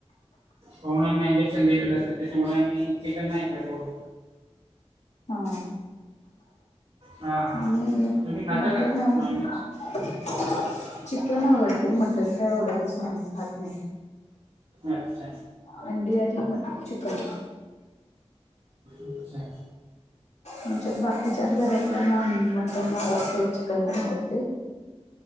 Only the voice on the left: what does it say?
हा
आणि
मटना
मध्ये
चिकन आवडते मटन काय आवडतच नाही खात नाही
अंडी आणि चिकन
आमच्या बाकीच्या घरातल्या नॉन <inaudible> मटन आवडते चिकन पण आवडते